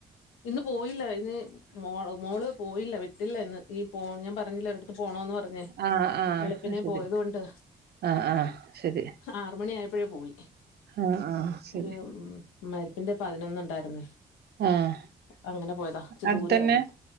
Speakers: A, on the left; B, on the right.
A: ഇന്ന് പോയില്ല ഇന്ന് മോ മോള് പോയില്ല ട്ടില്ല ഇന്ന് ഈ പോ ഞാൻ പറഞ്ഞില്ലേ ഒരിടത്ത് പോണോന്ന് പറഞ്ഞേ
B: ആഹ് ആഹ്
A: വെളുപ്പിനെ
B: അത് ശരി
A: പോയത് കൊണ്ട്
B: ആഹ് ആഹ് ശരി
A: ആറു മണി ആയപ്പഴേ പോയി
B: ആഹ് ആഹ് ശരി
A: ഒരു മരിപ്പിന്റെ പതിനൊന്നുണ്ടായിരുന്നേ
B: ആഹ്
A: അങ്ങനെ പോയതാ ഇച്ചിരി
B: അടുത്തന്നെ
A: ദൂരെയായിരുന്നു